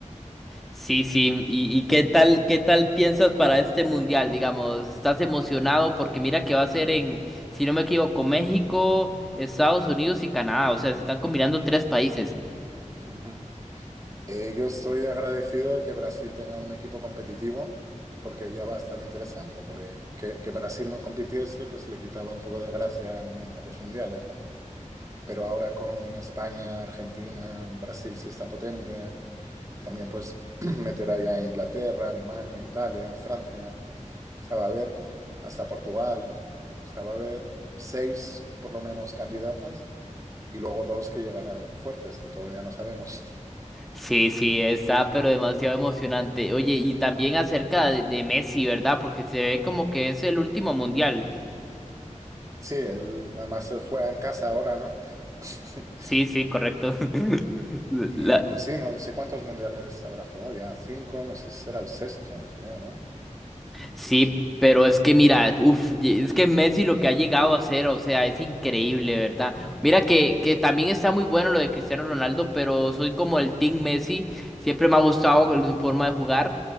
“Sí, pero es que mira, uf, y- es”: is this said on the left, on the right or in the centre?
Centre